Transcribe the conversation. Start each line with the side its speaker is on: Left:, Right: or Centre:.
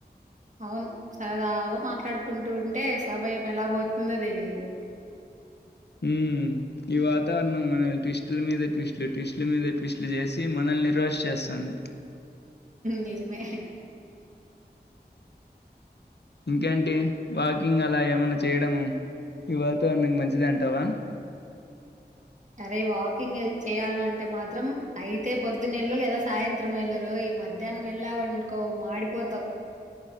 Right: అవును సరదాగా మాట్లాడుకుంటూ ఉంటే సమయం ఎలా పోతుందో తెలియదు
Left: మ్మ్ ఈ వాతావరణం మన ట్విస్టుల మీద ట్విస్ట్లు ట్విస్టుల మీద ట్విస్ట్లు చేసి మనల్ని నిర్వాశ చేస్తుంది
Right: నిజమే
Left: ఇంకేంటి వాకింగ్ అలా ఏమన్నా చేయడము ఈ వాతావరణానికి మంచిదంటావా
Right: అరే వాకింగ్ చేయాల అంటే మాత్రం అయితే పొద్దునెలు లేదా సాయంత్రం ఏలూరోయ్ ఈ మధ్యాహ్నం వెళ్ళానుకో మాడిపోతావు